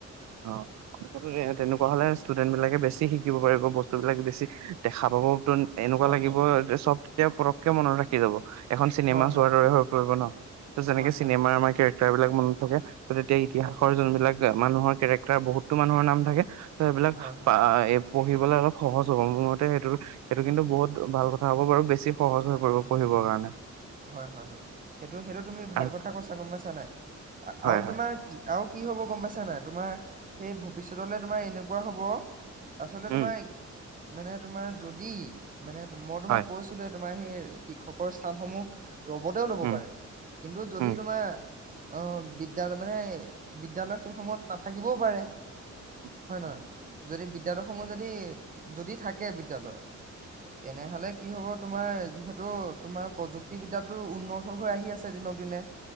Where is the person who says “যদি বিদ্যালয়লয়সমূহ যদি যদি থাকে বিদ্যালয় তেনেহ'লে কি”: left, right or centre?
Right